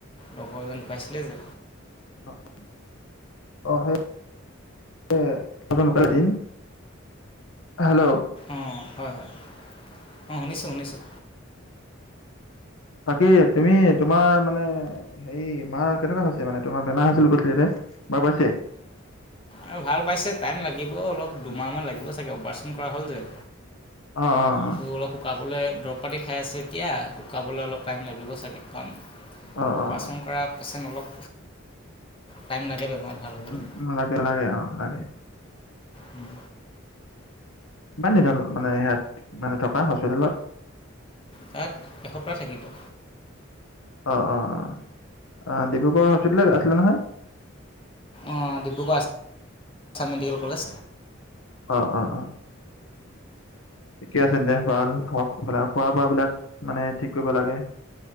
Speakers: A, on the left; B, on the left.
A: লগৰজন ঢুকাইছিলে যে
B: <unintelligible> অ', সেই <inaudible> হেল্ল'
A: অ', হয় হয়, অ', শুনিছোঁ শুনিছোঁ।
B: বাকী তুমি, তোমাৰ মানে হেৰি মাৰ কেনেকুৱা হৈছে? মানে তোমাৰ বেমাৰ হৈছিলে বূলি কৈছিলে দেউতাই, ভাল পাইছে?
A: আৰু ভাল পাইছে, টাইম লাগিব অলপ, দুমাহমান লাগিব চাগে, অপাৰেচন কৰা হ'ল যে।
B: অ', অ', অ'।
A: তো অলপ শুকাবলৈ দৰৱ পাতি খাই আছে এতিয়া, শুকাবলৈ অলপ টাইম লাগিব চাগে, কাৰণ
B: অ অ
A: অপাৰেচন
B: অ
A: কৰা পেচেণ্ট অলপ, টাইম লাগে বেমাৰত ভাল হ'বলৈ
B: উম, লাগে লাগে অ', লাগে।
A: উম।
B: কিমান দিন হ'ল? মানে ইয়াত মানে থকা, হস্পিতেলত?
A: তাত এসপ্তাহ থাকিলো।
B: অ', অ', অ', ডিব্ৰুগড়ৰ হস্পিটেলত আছিলে নহয়।
A: অ', ডিব্ৰুগড়ত আছে আ <unintelligible> ছাম মেডিকেল কলেজ।
B: অ', অ', অ'। ঠিকেই আছে দে, ভাল হওক, সোনকালে খোৱা বোৱাবিলাক মানে, ঠিক কৰিব লাগে।